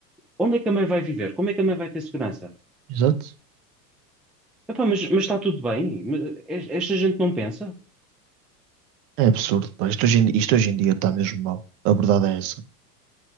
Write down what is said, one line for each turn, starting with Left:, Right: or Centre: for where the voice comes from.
Centre: Onde é que a mãe vai viver? Como é que a mãe vai ter segurança?
Right: Exato.
Centre: Epá, mas, mas está tudo bem? Mas es- Esta gente não pensa?
Right: É absurdo, pá. Isto hoje em, isto hoje em dia está mesmo mal. A verdade é essa.